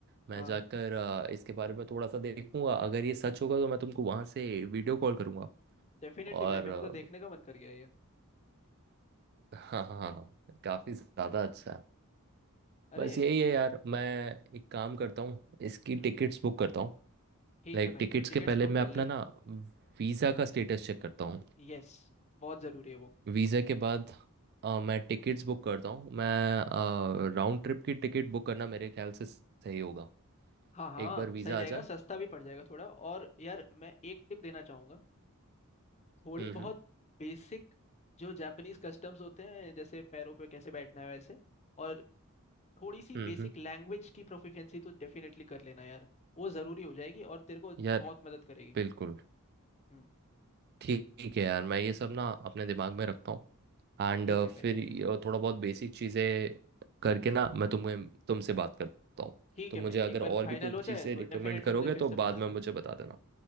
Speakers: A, on the right; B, on the left.
A: मैं
B: हाँ
A: जाकर अ, इसके बारे में थोड़ा सा देखूंगा अगर ये सच होगा तो मैं तुमको वहां से वीडियो कॉल करूंगा
B: डेफिनेटली
A: और
B: भाई मेरे
A: अ,
B: को तो देखने का मन कर गया ये
A: हाँ हाँ हाँ, काफी ज्यादा अच्छा है।
B: अरे
A: बस यही है यार मैं एक काम करता हूँ इसकी
B: हम्म
A: टिकट्स बुक करता हूँ
B: ठीक
A: लाइक
B: है भाई
A: टिकट्स
B: तो
A: के
B: टिकट्स
A: पहले
B: बुक
A: मैं
B: कर
A: अपना
B: ले
A: ना वीज़ा का स्टेटस चेक करता हूँ
B: यस बहुत ज़रूरी है वो
A: वीज़ा के बाद अ, मैं टिकट्स बुक करता हूँ मैं राउंड ट्रिप की टिकट बुक करना मेरे ख्याल से सही होगा
B: हाँ हाँ
A: एक बार वीज़ा
B: सही रहेगा
A: आ जाए
B: सस्ता भी पड़ जाएगा थोड़ा और यार मैं एक टिप देना चाहूंगा थोड़ी
A: हम्म
B: बहुत
A: हम्म
B: बेसिक जो जापानीज कस्टम्स होते हैं जैसे पैरों पे कैसे बैठना है वैसे और थोड़ी सी
A: हम्म
B: बेसिक
A: हम्म।
B: लैंग्वेज की प्रोफिशिएंसी तो डेफिनेटली कर लेना यार वो ज़रूरी हो जाएगी और तेरे को बहुत
A: यार
B: मदद करेगी
A: बिल्कुल
B: हम्म
A: ठीक है यार मैं ये सब ना अपने दिमाग में रखता हूँ एंड
B: ठीक है
A: फिर
B: भाई
A: ये थोड़ा बहुत बेसिक चीज़ें करके ना मैं तुम्हें तुमसे बात करता हूँ
B: ठीक
A: तो
B: है
A: मुझे
B: भाई
A: अगर
B: एक बार
A: और
B: फाइनल
A: भी कुछ
B: हो
A: चीज़ें
B: जाए तो
A: रिकमेंड
B: डेफिनेटली
A: करोगे
B: मुझे फिर
A: तो
B: से
A: बाद
B: बताना
A: में मुझे बता देना